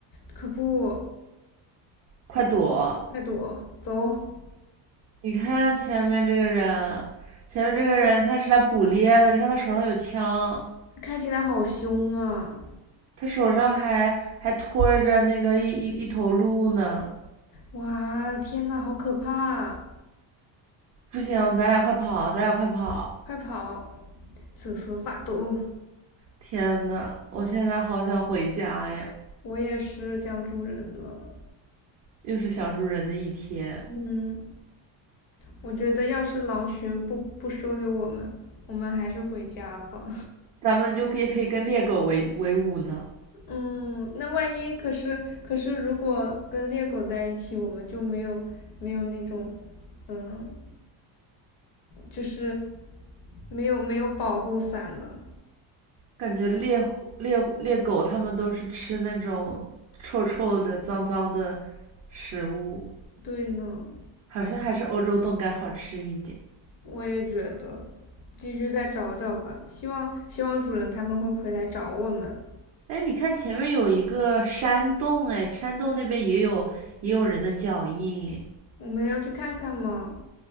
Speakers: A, on the left; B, on the right.
A: 可不，
B: 快躲！
A: 快躲，走！
B: 你看前面这个人，前面这个人他是来捕猎的，你看他手上有枪，
A: 看起来好凶啊！
B: 他手上还还拖着那个一一一头鹿呢。
A: 哇，天呐，好可怕啊！
B: 不行，咱俩快跑，咱俩快跑！
A: 快跑！瑟瑟发抖。
B: 天呐，我现在好想回家呀！
A: 我也是想主人了。
B: 又是想主人的一天，
A: 嗯，我觉得要是狼群不不收留我们，我们还是回家吧。
B: 咱们就也可以跟猎狗为为伍呢。
A: 嗯，那万一可是可是，如果跟猎狗在一起，我们就没有没有那种，嗯，就是没有没有保护伞了。
B: 感觉猎猎猎狗它们都是吃那种臭臭的、脏脏的食物，
A: 对呢，
B: 好像还是欧洲冻干好吃一点。
A: 我也觉得，继续再找找吧。希望希望主人他们会回来找我们。
B: 哎，你看前面有一个山洞，哎，山洞那边也有也有人的脚印。
A: 我们要去看看吗？